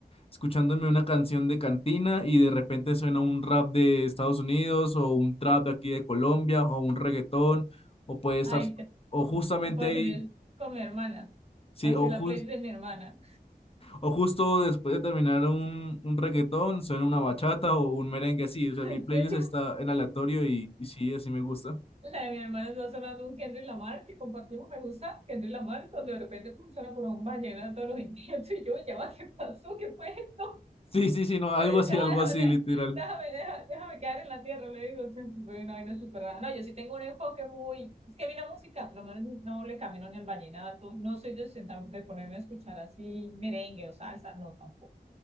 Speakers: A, on the left; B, on the right.
A: escuchándome una canción de cantina y de repente suena un rap de Estados Unidos o un trap de aquí de Colombia o un reggaetón o puede estar...
B: ay, te,
A: O justamente
B: te puedes
A: ahí
B: unir con mi hermana,
A: Sí,
B: así
A: o,
B: la
A: jus-
B: playlist de mi hermana.
A: o justo después de terminar un, un reggaetón, suena una bachata o un merengue, sí,
B: <laughs>
A: o sea, mi
B: ¿En
A: playlist
B: serio?
A: está en aleatorio y, y sí, así me gusta.
B: <laughs> La de mi hermana está sonando un Kendrick Lamar que compartimos, me gusta Kendrick Lamar, cuando de repente pum, suena por un vallenato de todos los intentos y yo, ya va, ¿qué pasó? ¿Qué fue esto?
A: Sí, sí, sí, no, algo
B: <laughs>
A: así,
B: Ya
A: algo
B: va,
A: así,
B: déjame,
A: literal.
B: déjame, déjame, déjame quedar en la tierra, le digo, o sea, tipo de una vaina súper rara. No, yo sí tengo un enfoque muy, es que a mí la música, por lo menos no le camino ni el vallenato, no soy de, sentarme- de ponerme a escuchar así merengue o salsa, no, tampoco.